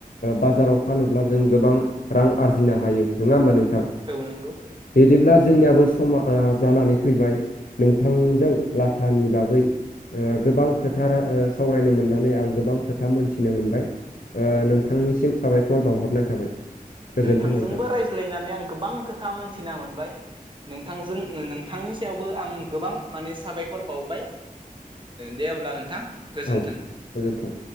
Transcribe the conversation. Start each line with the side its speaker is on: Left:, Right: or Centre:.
Left: बाजाराव फानोब्ला जों गोबां रां आरजिनो हायो नङा होमबा नोंथां
Right: औ नंगौ
Left: बिदिब्ला जोंनियाबो सम जानानै फैबाय नोंथांजों लाथानि बागै गोबां खोथा सावरायनो मोननानै आं गोबां खोथा मोनथिनो मोनबाय नोंथांनिसिम साबायखर बावहरनाय थाबाय गोजोन्थों
Right: नोंथांजोंबो
Left: नोंथां
Right: रायज्लायनानै आं गोबां खोथा मोनथिना मोनबाय नोंथांजों नोंथांनि सायावबो आं गोबां माने साबायखर बावबाय दे अब्ला नोंथां गोजोन्थों
Left: औ गोजोन्थों